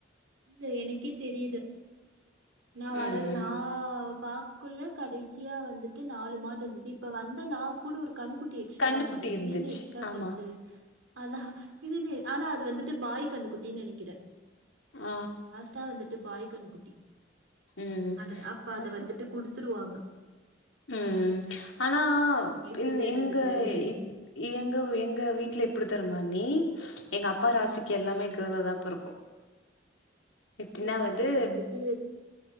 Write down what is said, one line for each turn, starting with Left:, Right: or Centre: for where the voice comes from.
Right: இல்ல எனக்கே தெரியில நா வர
Left: ம்
Right: நா பாக்க க்குள்ள கடைசியா வந்துட்டு நாலு மாடு இருந்தது இப்ப வந்த நா கூட ஒரு கன்னுக்குட்டி எக்ஸ்ட்ராவா
Left: கண்ணுக்குட்டி
Right: இந்தது
Left: இருந்துச்சு
Right: இது என்ன எக்ஸ்ட்ரா ஃபேஸு
Left: ஆமா
Right: அதா இதென்ன ஆனா அது வந்துட்டு பாய் கன்னுக்குட்டின் நெனக்கிறே
Left: ஆ
Right: தா வந்துட்டு பாய் கன்னுக்குட்டி
Left: ம்
Right: அது அப்ப அத
Left: ஆமா
Right: வந்துட்டு குடுத்துருவாங்க
Left: ம் ஆனா
Right: அதுக்கே
Left: இந்
Right: தெரியாது
Left: எங்க
Right: அது கறியாயிடு
Left: இ எங்க எங்க வீட்ல எப்டி தெரிமா அண்ணி எங்க அப்பா ராசிக்கு எல்லாமே கேளா தா பொறக்கு எப்டின்னா
Right: ஓ நீங்க
Left: வந்து
Right: இப்ப வந்துட்டு